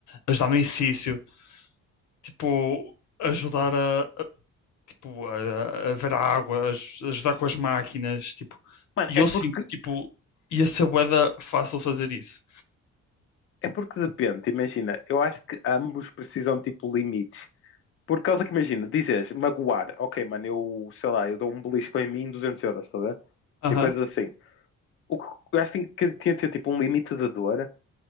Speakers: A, on the left (about 70°); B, on the left (about 45°).
A: ajudar no exercício, tipo, ajudar a, a, tipo, a, a ver a água, a aj- ajudar com as máquinas, tipo,
B: Mano,
A: e
B: é
A: eu
B: porque,
A: sinto que, tipo, ia ser bué da fácil fazer isso.
B: é porque depende. Imagina, eu acho que ambos precisam, tipo, limites. Por causa que imagina, dizes magoar, ok, mano, eu sei lá, eu dou um belisco em mim 200 euros, estás a ver?
A: Aham.
B: Tipo coisas assim. O que o gajo que tinha que ter tipo um limite da dor